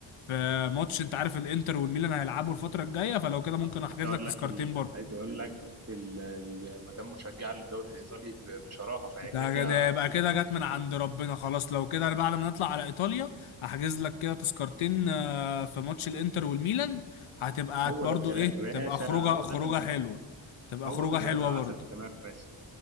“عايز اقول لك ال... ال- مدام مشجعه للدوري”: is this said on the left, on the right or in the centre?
Right